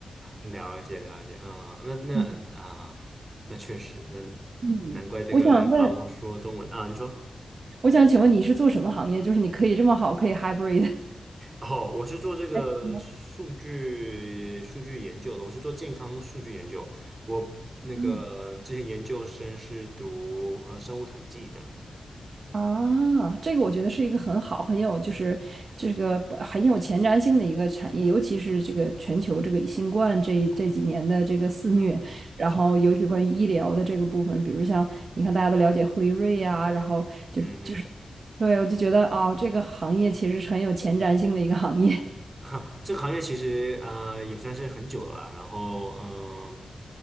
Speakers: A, on the right; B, on the right.
A: 了解了解，嗯，那那啊、
B: 嗯，
A: 那确实，那
B: 嗯我想问。
A: 难怪这个要把握说中文啊。你说，
B: 我想请问你是做什么行业？就是你可以这么好，可以 hybrid。
A: 哦，我是做这个数据数据研究的，
B: 还挺好
A: 我是做健康数据研究。我那个之前研究生是读呃生物统计这样
B: <laughs> 嗯啊，这个我觉得是一个很好、很有就是这个很有前瞻性的一个产业，尤其是这个全球这个新冠这这几年的这个肆虐，
A: 啊，
B: 然后尤其关于医疗的这个部分，
A: 是，
B: 比如像你看大家都了解辉瑞啊，然后就
A: 嗯嗯
B: 对我就觉得哦，这个行业其实是很有前瞻性的一个行业。
A: <laughs> 哈，这个行业其实呃也算是很久了啦然后嗯、呃